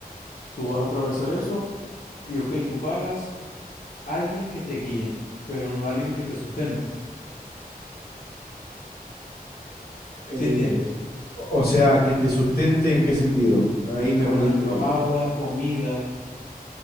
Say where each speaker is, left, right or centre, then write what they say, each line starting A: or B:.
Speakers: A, on the left; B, on the left.
A: tú vas a atravesar eso y ok, tú pagas a alguien que te guíe, pero no a alguien que te sustente.
B: Eh,
A: ¿Sí entiendes?
B: o o sea, que te sustente en qué sentido? Ahí me,
A: Por
B: no
A: ejemplo,
B: entendí.
A: agua, comida,